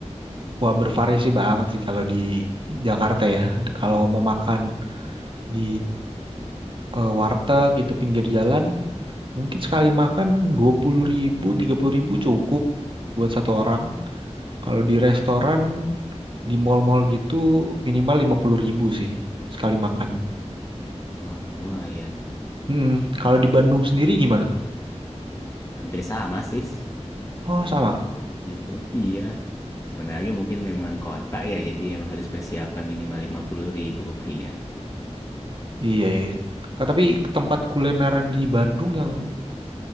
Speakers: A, on the right (about 45°); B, on the left (about 30°).
A: Wah, bervariasi banget sih kalau di Jakarta ya. Kalau mau makan di eh, warteg itu pinggir jalan, mungkin sekali makan dua puluh ribu, tiga puluh ribu cukup buat satu orang. Kalau di restoran, di mall-mall gitu minimal lima puluh ribu sih sekali makan.
B: Wah, lumayan.
A: Mm-mm. Kalau di Bandung sendiri gimana tuh?
B: Hampir sama sih.
A: Oh sama.
B: Seperti gitu. Iya. Gimana lagi mungkin emang kota ya, jadi emang harus persiapan minimal lima puluh ribu rupiah.
A: Iya iya. Ka- Tapi tempat kulineran di Bandung yang